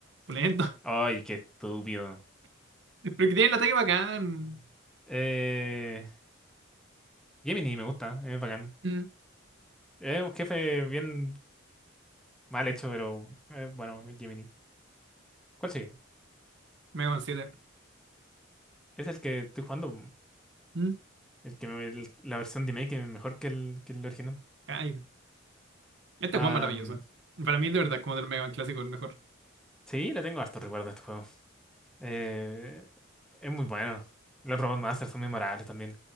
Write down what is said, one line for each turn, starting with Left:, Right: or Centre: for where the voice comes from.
Right: lento.
Centre: Ay, qué estúpido.
Right: <laughs> Pero que tiene el ataque bacán.
Centre: Eh, Gemini me gusta, es bacán.
Right: Mm.
Centre: Es un jefe bien mal hecho, pero eh, bueno, Gemini. ¿Cuál sigue?
Right: Mega Man 7.
Centre: Es el que estoy jugando, mm,
Right: Mm.
Centre: el que me- el- la versión de que es mejor que el, que el original.
Right: Ay. Este
Centre: Ah,
Right: juego es maravilloso.
Centre: mm,
Right: Para mí, de verdad, como del Mega Man clásico, el mejor.
Centre: sí, le tengo harto recuerdo a este juego. Eh, es muy bueno. Los Robot Masters son memorables también.